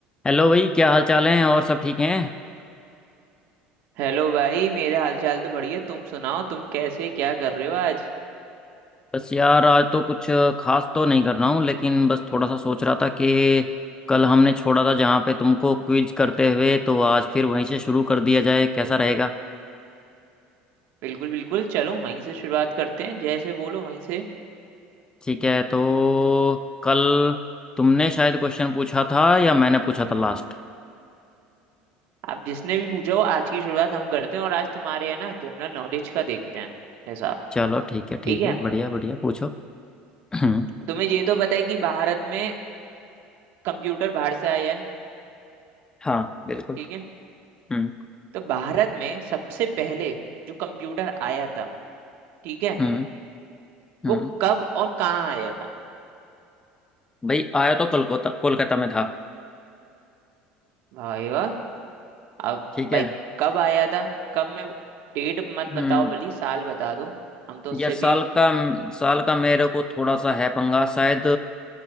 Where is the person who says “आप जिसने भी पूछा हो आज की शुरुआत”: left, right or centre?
Right